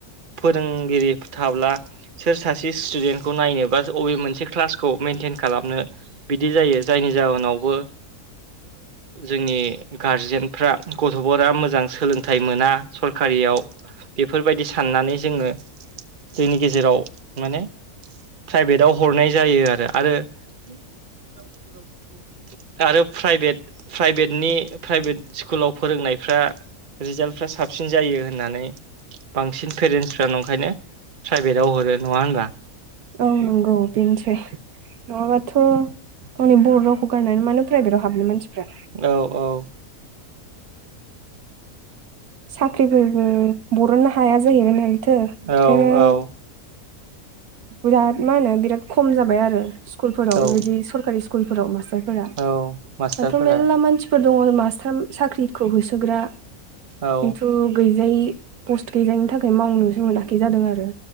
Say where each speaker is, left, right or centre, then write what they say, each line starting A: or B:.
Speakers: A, on the right; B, on the right.
A: फोरोंगिरि थाब्ला सोर सासे स्टुडेन्टखौ नायनो बा बबे मोनसे क्लासखौ मेइेनटेन खालामनो बिदि जायो जायनि जाहोनाव आंनावबो जोंनि गारजेनफ्रा गथ'फोरा मोजां सोलोंथाइ मोना सरकारि हारियाव बेफोरबायदि साननानै जोङो जोंनि गेजेराव माने प्राइभेटाव हरनाय जायो आरो आरो बिद बिद बिद <inaudible> आरो प्राइभेट प्राइभेटनि प्राइभेट स्कुलाव फोरोंनायफ्रा रिजाल्टफ्रा साबसिन जायो होननानै बांसिन पेरेन्टसफ्रा ओंखायनो प्राइभेटाव हरो नङा होनबा
B: औ नंगौ बेनोसै नङाबाथ' आंनि बर' र'खौ गारनानै मानो प्राइभेटआव हाबनो मानसिफ्रा
A: औ औ
B: साख्रिफोर बरननो हाया जाहैबाय नालायथो ओंखायनो
A: औ औ
B: बिराद मा होनो बिराद खम जाबाय आरो स्कुलफोराव
A: औ
B: बेबायदि सरकारि स्कुलफोराव मास्टार दाथ'
A: औ मास्टारफोरा
B: मेल मानसिफोर दङ मास्टार साख्रिखौ होसोग्रा
A: औ
B: खिन्थु गैजायै पस्त गैजायनि थाखाय मावनो सोंङोनोखै जादों आरो